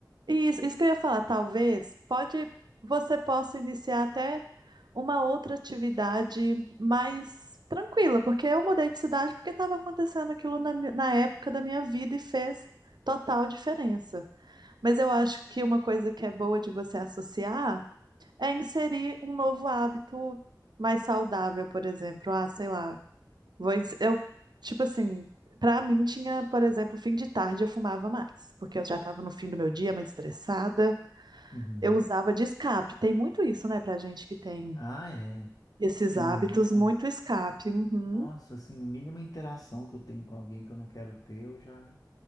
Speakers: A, on the right (about 75°); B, on the left (about 55°).
A: Isso, isso que eu ia falar, talvez, pode, você possa iniciar até uma outra atividade mais tranquila, porque eu mudei de cidade porque estava acontecendo aquilo na, mi- na época da minha vida e fez total diferença. Mas eu acho que uma coisa que é boa de você associar é inserir um novo hábito mais saudável, por exemplo. Ah, sei lá. Vou, ens- eu, tipo assim, pra mim tinha, por exemplo, fim de tarde eu fumava mais, porque eu já tava no fim do meu dia, mais estressada.
B: Uhum.
A: Eu usava de escape. Tem muito isso, né, pra gente que tem
B: Ah, é.
A: esses
B: O Mínimo.
A: hábitos, muito escape. Uhum.
B: Nossa, assim, o mínimo interação que eu tenho com alguém que eu não quero ter, eu já